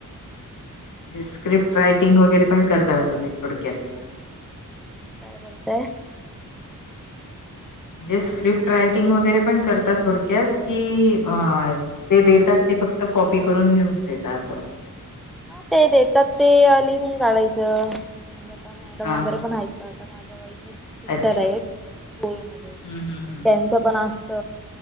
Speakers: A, in the centre; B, on the left (about 65°).
A: मग
B: स्क्रिप्ट
A: तुम्ही
B: रायटिंग वगैरे पण करताय तुम्ही थोडक्यात?
A: काय बोलताय?
B: जे स्क्रिप्ट रायटिंग वगैरे पण करतात थोडक्यात, कि अ ते देतात, ते फक्त कॉपी करून लिहून देतात असं?
A: हा ते देतात, ते लिहून काढायचं म्हणजे आता मॅडम
B: हा
A: वगैरे
B: हा
A: पण आहेत आता माझ्या टीचर
B: अच्छा
A: आहेत स्कूल मध्ये,
B: हम्म हम्म हम्म
A: त्यांचं पण असत